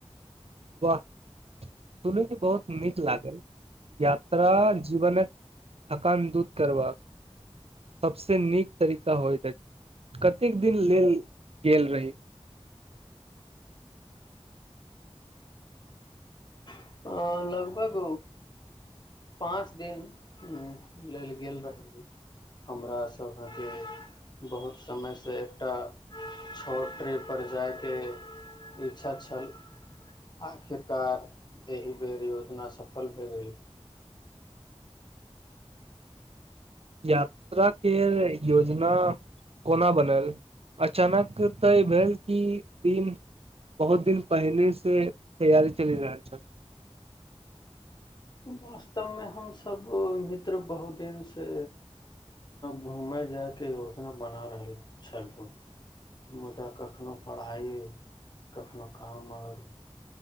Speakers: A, on the right; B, on the left.
A: वाह सुनैमे बहुत नीक लागल यात्रा जीवनक थकान दूत करबाक सबस नीक तरीका होइत अछि कतेक दिन लेल गेल रही
B: अ, लगभग पांच दिन लेल गेल रहिये हमरा सब के बहुत समय एकटा छोट टिप्पणी पर जाय के इच्छा छल आखिर कार एहि बेर योजना सफल भए गेल
A: यात्रा के योजना कोना बनल अचानक तऽ ई भेल कि दिन बहुत दिन पहिनेे से तैयारी चलि रहल छल
B: वास्तवमे हमसभ मित्र बहुत दिनसँ घूमय जायके योजना बना रहल छलहु मुदा कखननो पढ़ाइ कखननो काम आर